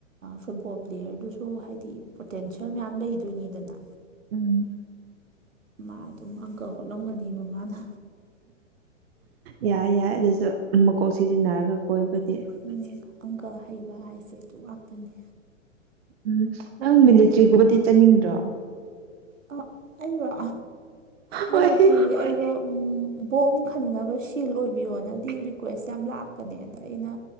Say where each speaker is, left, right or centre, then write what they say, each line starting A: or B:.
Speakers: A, on the right; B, on the right.
A: ꯐꯨꯠꯕꯣꯜ ꯄ꯭ꯂꯦꯌꯔꯗꯨꯁꯨ ꯍꯥꯏꯗꯤ ꯄꯣꯇꯦꯟꯁꯤꯌꯦꯜ ꯃꯌꯥꯝ ꯂꯩꯗꯣꯏꯅꯤꯗꯅ
B: ꯎꯝ
A: ꯃꯥ ꯑꯗꯨꯝ ꯑꯪꯀ ꯍꯣꯠꯂꯝꯒꯅꯦꯕ ꯃꯥꯅ
B: ꯌꯥꯏ ꯌꯥꯏ ꯑꯗꯨꯁꯨ ꯃꯀꯣꯛ ꯁꯤꯖꯤꯟꯅꯔꯒ ꯀꯣꯏꯕꯗꯤ
A: ꯎꯝ ꯑꯪꯀ ꯍꯩꯕ ꯍꯥꯏꯁꯦ ꯑꯗꯨ ꯉꯥꯛꯇꯅꯤ
B: ꯎꯝ ꯅꯪ ꯃꯤꯂꯤꯇ꯭ꯔꯤꯒꯨꯝꯕꯗꯤ ꯆꯠꯅꯤꯡꯗ꯭ꯔꯣ
A: ꯑ ꯑꯩꯔꯣ ꯃꯤꯂꯤꯇꯔ꯭ꯤꯒꯤ
B: ꯍꯣꯏ
A: ꯑꯩꯗꯣ ꯎꯝ ꯕꯣꯝ ꯈꯟꯅꯕ ꯁꯤꯜ ꯑꯣꯏꯕꯤꯌꯣꯅꯗꯤ ꯔꯤꯀ꯭ꯋꯦꯁ ꯌꯥꯝ ꯂꯥꯛꯄꯅꯦ ꯑꯗ ꯑꯩꯅ